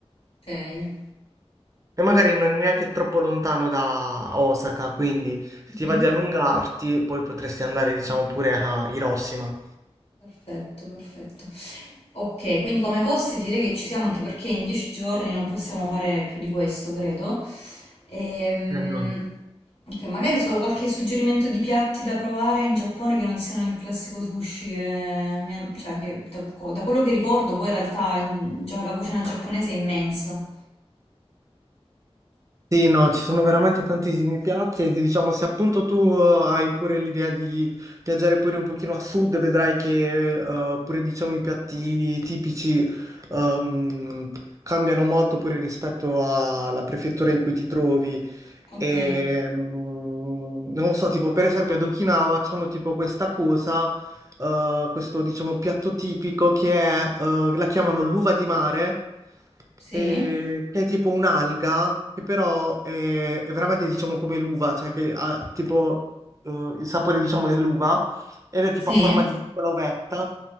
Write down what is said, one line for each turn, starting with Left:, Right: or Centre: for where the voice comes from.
Left: Okay,
Right: E magari non è neanche troppo lontano da Osaka, quindi se ti
Left: mh-mh.
Right: va di allungarti, poi potresti andare, diciamo, pure a Hiroshima.
Left: Perfetto, perfetto. Okay, quindi come posti direi che ci siamo anche perché in 10 giorni non possiamo fare più di questo, credo. Ehm,
Right: Eh no.
Left: ok, magari solo qualche suggerimento di piatti da provare in Giappone che non siano il classico sushi che, mi han- cioè, che da, co- da quello che ricordo poi in realtà mm, già la cucina giapponese è immensa.
Right: Sì, no, ci sono veramente tantissimi piatti e diciamo se appunto tu eh, hai pure l'idea di viaggiare pure un pochino a sud, vedrai che eh, pure diciamo i piatti tipici ehm, cambiano molto pure rispetto alla prefettura in cui ti trovi
Left: Ok,
Right: E, mm, non lo so, tipo per esempio ad Okinawa hanno tipo questa cosa, eh, questo diciamo piatto tipico che è, eh, la chiamano l'uva di mare,
Left: sì.
Right: eh, che è tipo un'alga, che però è, è veramente diciamo come l'uva, cioè che ha tipo eh, il sapore diciamo dell'uva ed è tipo
Left: Sì?
Right: a forma di piccola uvetta